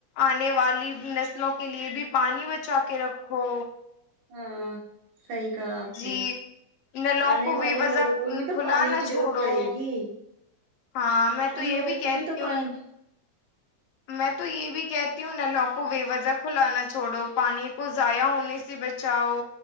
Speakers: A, on the left; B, on the right.
A: آنے والی نسلوں کے لیے بھی پانی بچا کے رکھو
B: ہاں صحی کہا آپ
A: جی
B: نے
A: نلوں
B: آنے
A: کو
B: والے
A: بے وجہ
B: لوگوں کو بھی تو
A: کھلا
B: پانی
A: نہ
B: کی
A: چھوڑو
B: ضرورت پڑے گی
A: ہاں میں تو
B: ان
A: یہ
B: لوگوں
A: بھی کہتی
B: کو تو پانی
A: ہوں میں تو یہ بھی کہتی ہوں نلوں کو بے وجہ کھلانا چھوڑو پانی کو ضائع ہونے سے بچاؤ